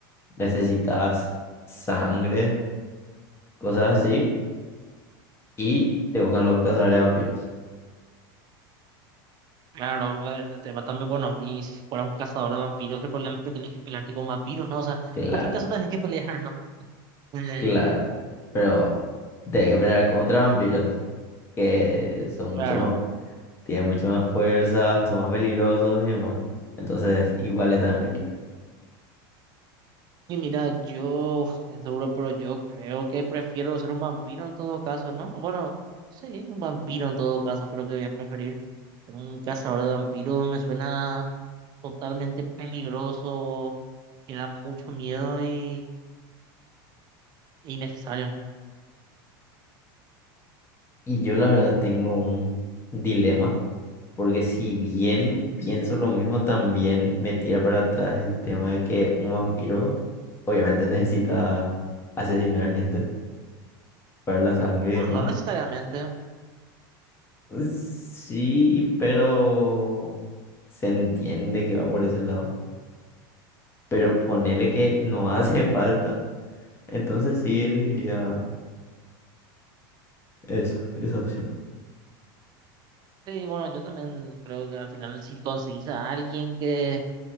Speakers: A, on the left; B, on the right.
A: necesitas sangre, cosas así, y te buscan los cazadores de vampiros.
B: Claro, el tema también, bueno, y si fueras un cazador de vampiros, el problema es que tenés que pelearte con vampiros, ¿no? O sea,
A: Claro,
B: en cualquier caso tenés que pelear, ¿no? <laughs>
A: claro.
B: Eh,
A: Pero tienes que pelear contra vampiros, que son
B: claro.
A: mucho más, tienen mucho más fuerza, son más peligrosos y demás. Entonces, igual están en peligro.
B: Y mira, yo, es duro, pero yo creo que prefiero ser un vampiro en todo caso, ¿no? O Bueno, sí, un vampiro en todo caso, creo que voy a preferir. Un cazador de vampiros me suena totalmente peligroso, que da mucho miedo y y innecesario, ¿no?
A: Y yo la verdad tengo un dilema Porque si bien pienso lo mismo, también me tira para atrás el tema de que un vampiro obviamente necesita asesinar gente para la sangre y
B: Bueno,
A: demás.
B: no necesariamente.
A: Sí, pero se entiende que va por ese lado. Pero ponele que no hace <laughs> falta. Entonces sí elegiría eso, esa opción.
B: Sí, bueno, yo también creo que al final si conseguís a alguien que,